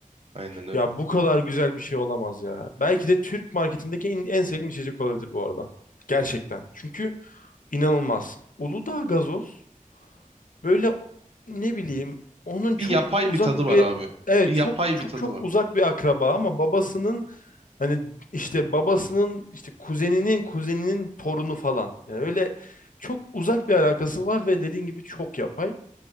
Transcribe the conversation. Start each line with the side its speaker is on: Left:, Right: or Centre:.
Right: Aynen öyle.
Left: Ya bu kadar güzel bir şey olamaz ya. Belki de Türk marketindeki en, en sevdiğim içecek olabilir bu arada. Gerçekten. Çünkü inanılmaz. Uludağ gazoz böyle ne bileyim onun çok
Right: Bir yapay
Left: uzak
Right: bir tadı var
Left: bir
Right: abi.
Left: evet
Right: Bir yapay
Left: çok çok
Right: bir tadı
Left: çok
Right: var.
Left: uzak bir akraba ama babasının Hani işte babasının işte kuzeninin kuzeninin torunu falan. Yani öyle çok uzak bir alakası var ve dediğin gibi çok yapay.